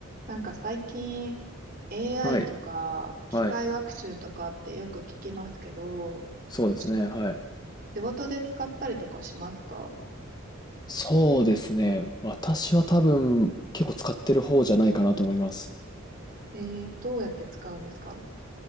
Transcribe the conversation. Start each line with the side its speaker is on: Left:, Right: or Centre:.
Right: なんか最近 AI
Left: はい。
Right: とか機械学習とかってよく聞きますけど、
Left: はい。そうですね。
Right: 仕
Left: はい。
Right: 仕事で使ったりとかしますか
Left: そうですね。私は多分結構使ってる方じゃないかなと思います。
Right: えー、どうやって使うんですか